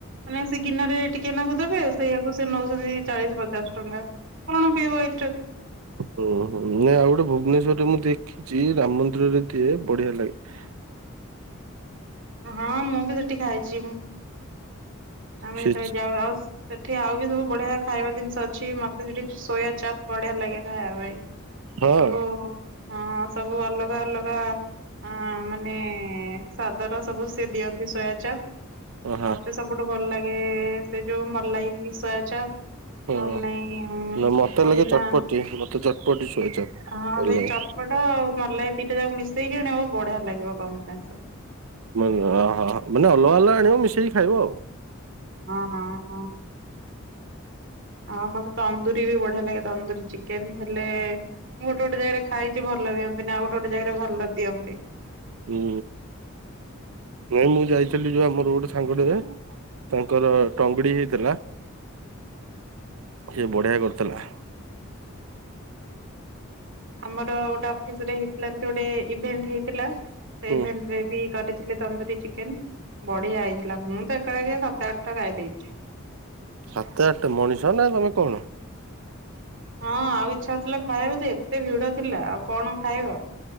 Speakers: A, on the right (about 60°); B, on the right (about 80°).
A: ମାନେ ସେ ଗିନାରେ ଟିକେନାକୁ ଦେବେ ସେଇଆକୁ ସେ ନେଉଛନ୍ତି ଚାଳିଶି ପଚାଶେ। ଟଙ୍କା କଣ ପିବ ଏ
B: ହୁଁ ହୁଁ ନାଇଁ ଆଉ ଗୋଟେ ଭୁବନେଶ୍ୱରରେ ମୁଁ ଦେଖି ଚି ରାମ ମନ୍ଦିରରେ ଦିଏ ବଢିଆ ଲାଗେ।
A: ହଁ ମୁଁ ବି ସେଠି ଖାଇଛି। ଆମେ
B: ସେ
A: ଯେତେବେଳେ ଯାଉ ଆଉ ସେଠି ଆଉ ବି ସବୁ ବଢିଆ ଖାଇବା ଜିନିଷ ଅଛି ମତେ ସେଠି ସୋୟା ଚପ୍ ବଢିଆ ଲାଗେ ଖାଇବା ପାଇଁ।
B: ହଁ।
A: ସବୁ ହଁ ସବୁ ଅଲଗା ଅଲଗା ଅ ମାନେ ସା ସବୁ ସେ ଦିଅନ୍ତି ସୋୟା ଚପ
B: ହଁ।
A: ମତେ ସବୁଠୁ ଭଲ ଲାଗେ ସେ ଯଉ ମଲାଇ ସୋୟଚପ୍।
B: ହୁଁ
A: ନହେଲେ ନାଇଁ
B: ନା ମତେ
A: ପୋଦିନା
B: ଲାଗେ ଚଟପଟି ମତେ ଚଟପଟି ସୋୟାଚପ
A: ହଇ
B: ଭଲ ଲାଗେ
A: ଚଟପଟା ଆଉ ମଲାଇ ଦିଟା ଯାକୁ ମିଶେଇକି ଆଣିବ ବଢିଆ ଲାଗିବ କମ୍ବିନେସନ।
B: ମ ଅହ ମାନେ ଅଲଗା ଅଲଗା ଆଣିବ ମିଶେଇକି ଖାଇବ ଆଉ।
A: ହଁ ହଁ ହଁ। ହଁ ମୋତ ତନ୍ଦୁରୀ ବି ବଢିଆ ଲାଗେ ତନ୍ଦୁରୀ ଚିକେନ ହେଲେ ମୁଁ ଗୋଟେ ଗୋଟେ ଜାଗାରେ ଖାଇଛି ଭଲ ଦିଅନ୍ତିନି ଆଉ ଗୋଟେ ଗୋେ ଜାଗାରେ ଭଲ ଦିଅନ୍ତି।
B: ହୁଁ ନାଇଁ ମୁଁ ଯାଇଥିଲି ଯୋଉ ଆମର ଗୋଟେ ସାଙ୍ଗଟେ ତାଙ୍କର ଟଙ୍ଗଡି ହେଇ ଥିଲା ସେ ବଢିଆ କରିଥିଲା।
A: ଆମର ଗୋଟେ ଅଫିସ ରେ ହେଇଥିଲା ଏମତି ଗୋଟେ ଇଭେଣ୍ଟ ହେଇଥିଲା। ସେ
B: ହୁଁ
A: ଇଭେଣ୍ଟ ରେ ବି କରିଥିଲେ ତନ୍ଦୁରୀ ଚିକେନ ବଢିଆ ହେଇଥିଲା ମୁଁ ତ ଏକା ସାତ ଆଠଟା ଖାଇଦେଇଛି।
B: ସାତ ଆଠଟା ମଣିଷ ନା ତମେ କଣ?
A: ହଁ ଆଉ ଇଛା ହଉଥିଲା ଖାଇବାକୁ ଯେ ଏତେ ଭିଡ ଥିଲା ଆଉ କଣ ଖାଇବ?